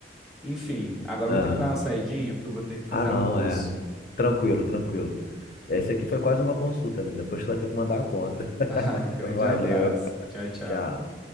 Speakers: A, in the centre; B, on the left.
A: enfim, agora
B: Ah,
A: eu vou ter que dar uma saidinha porque eu vou ter que fazer
B: ah, não,
A: almoço.
B: é. Tranquilo, tranquilo. Esse aqui foi quase uma consulta, né? Depois tu vai ter que mandar a conta. <laughs>
A: <laughs> Grande
B: Valeu,
A: abraço. Tchau, tchau.
B: tchau.